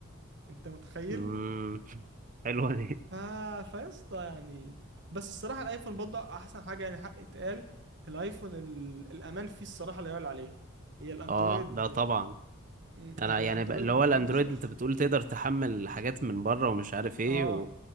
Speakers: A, on the right; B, on the right.
A: انت متخيل
B: امم <laughs> حلوه دي
A: ف... فيسطا يعني بس الصراحة الايفون برضه احسن حاجة يعني حق اتقال الايفون ال... الامان فيه الصراحة لا يعلى عليه هي الاندرويد
B: اه ده طبعا
A: م،
B: انا
A: يعني
B: يعني
A: الاندرويد
B: بقى اللي هو
A: هو
B: الاندرويد
A: اوبن سورس
B: انت بتقول تقدر تحمل حاجات من بره ومش عارف ايه
A: اه